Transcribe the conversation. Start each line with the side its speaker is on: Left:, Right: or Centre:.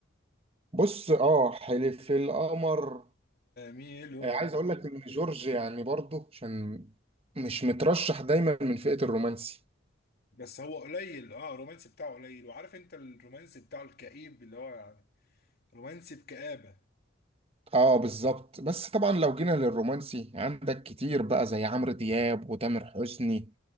Right: بص اه حلف القمر
Left: ميلو
Right: آه، عايز اقول لك ان جورج يعني برضه عشان مش مترشح دايما من فئة الرومانسي
Left: بس هو قليل اه الرومانسي بتاعه قليل وعارف انت الرومانسي بتاعه الكئيب اللي هو يعني رومانسي بكآبة
Right: اه بالظبط بس طبعا لو جينا للرومانسي عندك كتير بقى زي عمرو دياب وتامر حسني